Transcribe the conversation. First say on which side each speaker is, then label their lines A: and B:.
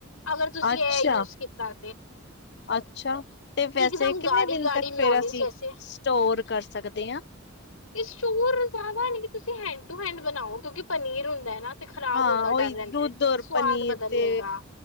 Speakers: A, on the left; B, on the left.
A: ਅਗਰ ਤੁਸੀਂ
B: ਅੱਛਾ,
A: ਇਹ ਯੂਜ ਕੀਤਾ,
B: ਅੱਛਾ। ਤੇ ਵੈਸੇ
A: ਇਕ ਦਮ
B: ਕਿੰਨੇ
A: ਗਾੜੀ-ਗਾੜੀ
B: ਦਿਨ ਤੱਕ
A: ਮਿਉਨਜ
B: ਫੇਰ ਅਸੀਂ
A: ਜੈਸੇ,
B: ਸਟੋਰ ਕਰ ਸਕਦੇ ਆਂ?
A: ਇਸ ਚੂਰ ਨ ਤੁਸੀਂ ਹੈ ਟੂ ਹੈਂਡ ਬਣਾਓ, ਕਿਉਂਕਿ ਪਨੀਰ ਹੁੰਦਾ ਐ ਨਾ। ਤੇ ਖ਼ਰਾਬ
B: ਹਾਂ
A: ਹੋਣ ਦਾ
B: ਉਹੀ
A: ਡਰ ਰਹਿੰਦਾ,
B: ਦੁੱਧ ਔਰ
A: ਸਵਾਦ
B: ਪਨੀਰ
A: ਬਦਲ
B: ਤੇ
A: ਲਏਗਾ